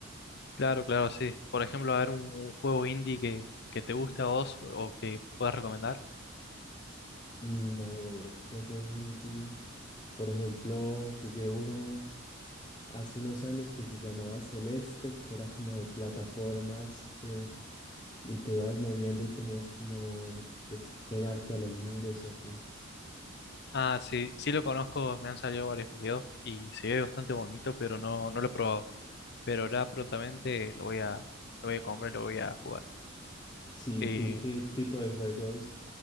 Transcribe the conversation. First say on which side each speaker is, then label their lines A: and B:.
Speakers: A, on the left; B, on the left.
A: claro, claro, sí. Por ejemplo, a ver un, un juego indie que, que te guste a vos o que puedas recomendar.
B: Mm, a ver, un juego indie. Por ejemplo, jugué uno hace unos años que se llamaba Celeste, que era como de plataformas eh, y te ibas moviendo y tenías como que es- pegarte a los muros y así.
A: Ah, sí, sí lo conozco, me han salido varios videos y se ve bastante bonito, pero no, no lo he probado. Pero ahora prontamente lo voy a, lo voy a comprar y lo voy a jugar.
B: Sí,
A: Eh,
B: ¿tú qué tipo de juegos